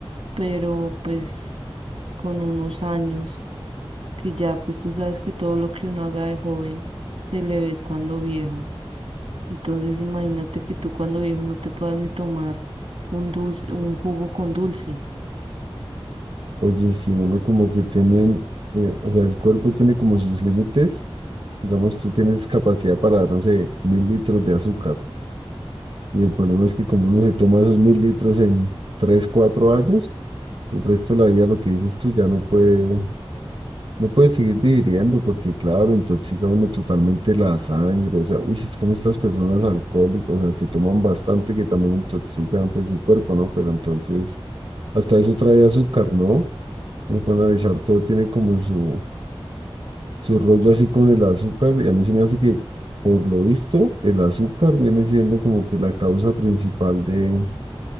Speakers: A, on the right (about 80°); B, on the right (about 65°).
A: Pero pues con unos años, que ya pues tú sabes que todo lo que uno haga de joven se le ve es cuando viejo. Entonces imagínate que tú cuando viejo no te puedas ni tomar un dulce, un jugo con dulce.
B: Oye, si uno como que tiene, eh, o sea, el cuerpo tiene como sus límites, digamos, tú tienes capacidad para, no sé, mil litros de azúcar. Y el problema es que como uno se toma esos mil litros en tres, cuatro años, el resto de la vida, lo que dices tú, ya no puede No puedes seguir digiriendo porque, claro, intoxica uno totalmente la sangre. O sea, uy, si es como estas personas alcohólicas, o sea, que toman bastante, que también intoxican pues, su cuerpo, ¿no? Pero entonces, hasta eso trae azúcar, ¿no? Pues, para analizar todo, tiene como su, su rollo así con el azúcar. Y a mí se me hace que, por lo visto, el azúcar viene siendo como que la causa principal de,